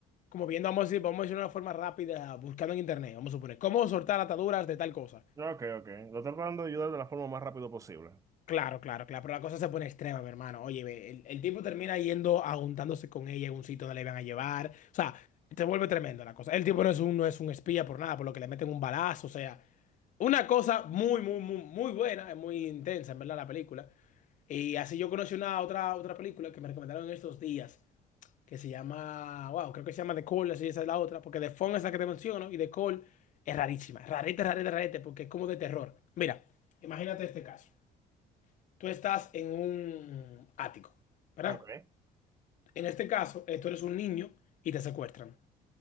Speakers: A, on the left; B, on the right.
A: como viendo, vamos a decir, vamos a decir de una forma rápida, buscando en internet, vamos a suponer, cómo soltar ataduras de tal cosa.
B: Ok, ok. Lo tratando de ayudar de la forma más rápido posible.
A: Claro, claro, claro, pero la cosa se pone extrema, mi hermano. Oye, ve, el, el tipo termina yendo, aguntándose con ella en un sitio donde le van a llevar. O sea, se vuelve tremendo la cosa. El tipo no es un, no es un espía por nada, por lo que le meten un balazo, o sea, una cosa muy, muy, muy, muy buena, es muy intensa, en verdad, la película. Y así yo conocí una otra, otra película que me recomendaron en estos días, que se llama, wow, creo que se llama The Call, así esa es la otra, porque The Phone es la que te menciono y The Call es rarísima, rarete, rarete, rarete, porque es como de terror. Mira, imagínate este caso. Tú estás en un ático, ¿verdad?
B: Ok.
A: En este caso, eh, tú eres un niño y te secuestran.